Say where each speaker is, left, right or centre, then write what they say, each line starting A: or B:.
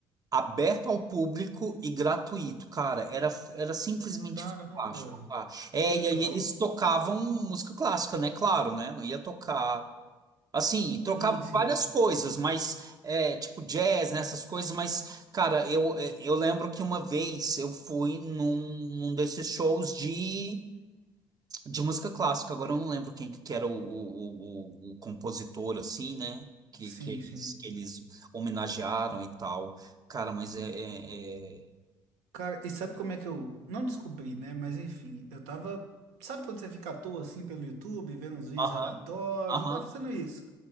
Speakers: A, on the right; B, on the right.
A: aberto ao público e gratuito. Cara, era, era simplesmente
B: Caramba,
A: fantástico, cara. É,
B: que legal.
A: e aí eles tocavam música clássica, né? Claro, né? Não ia tocar Assim, trocava
B: Sim, sim,
A: várias coisas, mas é, tipo jazz, né, essas coisas, mas, cara, eu, é, eu lembro que uma vez eu fui num, num desses shows de, de música clássica, agora eu não lembro quem que era o, o, o- o compositor, assim, né? Que,
B: sim,
A: que eles,
B: sim.
A: que eles homenagearam e tal. Cara, mas é. é, é-
B: Cara, e sabe como é que eu não descobri, né? Mas enfim, eu tava. Sabe quando você fica à toa assim pelo YouTube, vendo uns vídeos
A: Aham,
B: aleatórios?
A: aham.
B: Eu tava fazendo isso.